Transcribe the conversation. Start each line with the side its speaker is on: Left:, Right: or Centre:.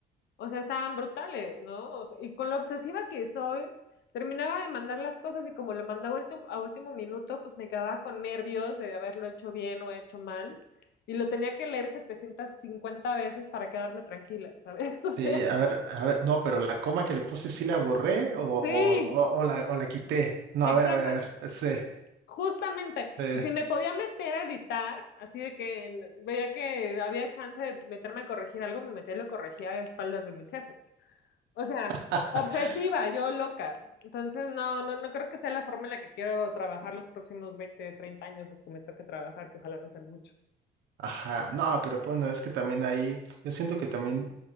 Left: O sea, estaban brutales, ¿no? O sea, y con lo obsesiva que soy, terminaba de mandar las cosas y como lo mandaba ultim- a último minuto, pues me quedaba con nervios de haberlo hecho bien o hecho mal. Y lo tenía que leer 750 veces para quedarme tranquila, ¿sabes? <laughs> O sea,
Right: Sí, a ver, a ver, no, pero la coma que le puse sí la borré o, o,
Left: sí,
Right: o, o la, o la quité. No,
Left: exacto,
Right: a ver, a ver, a ver. Sí,
Left: justamente.
Right: <laughs> sí.
Left: Y si me podía meter a editar, así de que en- veía que había chance de meterme a corregir algo, me metía y lo corregía a espaldas de mis jefes. O sea,
Right: <laughs>
Left: obsesiva, yo loca. Entonces, no, no, no creo que sea la forma en la que quiero trabajar los próximos 20, 30 años, los que me toque trabajar, que ojalá no sean muchos.
Right: Ajá, no, pero bueno, es que también ahí, yo siento que también